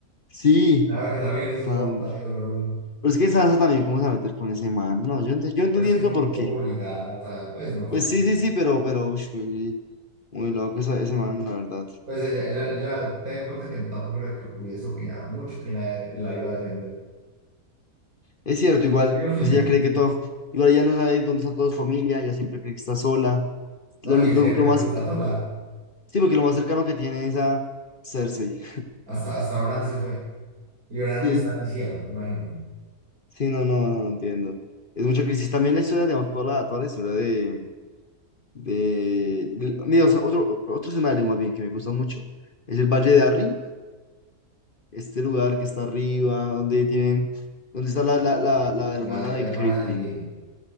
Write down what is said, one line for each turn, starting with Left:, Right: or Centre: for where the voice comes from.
Left: Sí,
Right: La verdad que también es mortal
Left: tan...
Right: y doloroso.
Left: pero es que Sansa también, ¿cómo se va a meter con ese man? No, yo, ent- yo entendí
Right: Pero es que
Left: nunca
Right: fue un
Left: por
Right: poco
Left: qué.
Right: obligada, o sea, pues no fue.
Left: Pues sí, sí, sí, pero, pero, ush, muy, muy loco esa- ese man, la verdad.
Right: Pues ella, ella, ella ten en cuenta que tampoco era que pudiese opinar mucho quién la, la iba a defender.
Left: Es cierto, igual,
Right: Littlefinger.
Left: pues ella cree que todo, igual ella no sabe dónde está toda su familia, ella siempre cree que está sola.
Right: No,
Left: Lo,
Right: y
Left: lo-
Right: es que en efecto
Left: lo más,
Right: está sola.
Left: sí, porque lo más cercano que tiene es a Cersei.
Right: Hasta, hasta Bran se fue. Y Bran
Left: Sí,
Right: está lisiado, imagínate.
Left: sí, no, no, no no entiendo. Es mucha crisis. También la historia, digamos, toda la, toda la historia de, de, de- mira, o sea, otro, otro escenario más bien que me gusta mucho es el Valle de Arryn, este lugar que está arriba, donde tienen, donde está la, la, la, la
Right: La,
Left: hermana
Right: la
Left: de
Right: hermana
Left: Caitlyn.
Right: de,